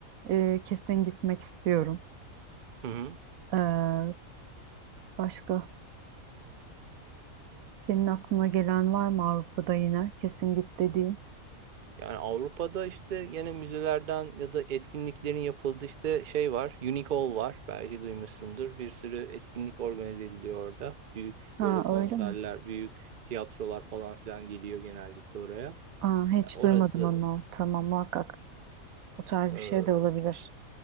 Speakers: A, on the right; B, on the right.
A: e, kesin gitmek istiyorum.
B: Hı hı.
A: Ee, başka senin aklına gelen var mı Avrupa'da yine kesin git dediğin?
B: Yani Avrupa'da işte yine müzelerden ya da etkinliklerin yapıldığı işte şey var. Unicall var. Belki duymuşsundur. Bir sürü etkinlik organize ediliyor orada. Büyük
A: Ha
B: böyle
A: öyle
B: konserler,
A: mi?
B: büyük tiyatrolar falan filan geliyor genellikle oraya.
A: Aa, hiç
B: Yani orası
A: duymadım onu. Tamam muhakkak. O tarz
B: e,
A: bir şey de olabilir.